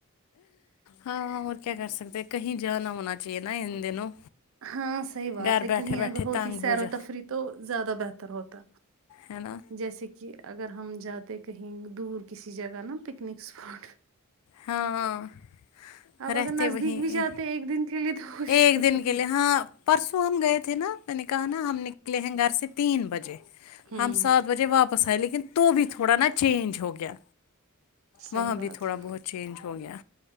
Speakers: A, on the left; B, on the right.
A: ہاں اور کیا کر سکتے کہیں جانا ہونا چاہیے نا ان دنوں
B: ہاں صحیح بات
A: گھر
B: ہے
A: بیٹھے
B: کہیں
A: بیٹھے
B: اگر ہوتی
A: تنگ
B: سیر
A: ہو جا
B: و تفریح تو زیادہ بہتر ہوتا
A: ہے نا
B: جیسے کہ اگر ہم جاتے کہیں دور کسی جگہ نا پکنک اسپاٹ
A: ہاں
B: اب
A: رہتے
B: اگر نزدیک
A: وہیں
B: بھی جاتے
A: ہی
B: ایک دن کے لیے تو وہ بھی
A: ایک
B: چلتا
A: دن کے
B: پھر۔
A: لیے ہاں پرسوں ہم گئے تھے نا میں نے کہا نا ہم نکلے ہیں گھر سے تین بجے
B: ہوں
A: ہم سات بجے واپس آئے لیکن تو بھی تھوڑا نا چینج ہو گیا
B: صحیح
A: وہاں بھی
B: بات
A: تھوڑا
B: ہے
A: بہت چینج ہو گیا